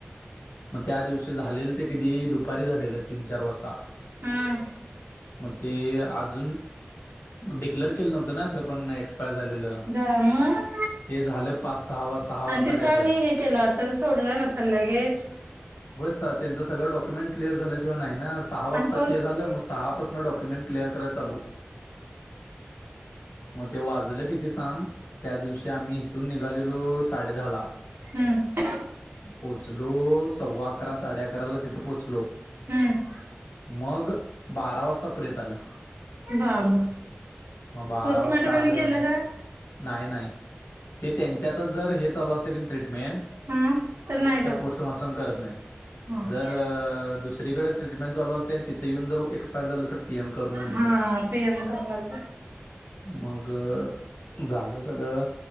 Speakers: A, on the left (about 85°); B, on the right (about 65°).
A: मग त्या दिवशी झालेलं ते कधी, दुपारी झालेलं तीन चार वाजता.
B: हम्
A: मग ते अजून, डिक्लेर केलेल नव्हतं ना खरं पण एक्सपायर झालेलं.
B: हा मग.
A: ते झालं पाच सहा वाज-
B: आणि
A: वाजता
B: ते
A: काय
B: त्यांनी
A: तर.
B: हे केलं असेल सोडलं नसेल लगेज.
A: होय सा त्यांचं सगळं डॉक्युमेंट क्लिअर झाल्याशिवाय नाही ना- सहा वाजता
B: आणि पोस्ट
A: ते झालं, मग सहा पासन डॉक्युमेंट क्लिअर कराय चालू. मग ते वाजलं किती सांग? त्या दिवशी आम्ही इथून निघालेलो साडे दहाला-
B: हम्म
A: पोचलो, सव्वा अकरा साडे अकराला तिथं पोहोचलो.
B: हम्म
A: मग बारा वाजता प्रेत आलं.
B: बाबा
A: मग बारा
B: पोस्टमार्टम
A: वाजता
B: आणि
A: आलेय
B: केलं
A: मग-
B: का?
A: नाही नाही ते त्यांच्यातच जर हे चालू असलेली ट्रीटमेंट,
B: हम्म नाही
A: तर
B: का
A: पोस्टमार्टम करत नाही.
B: हा
A: जर दुसरीकडे- ट्रीटमेंट चालू असली आणि तिथे येऊन जर एक्सपायर झाल तर पीएम करूनच देतात.
B: हा पीएम करणार
A: मग झालं सगळं,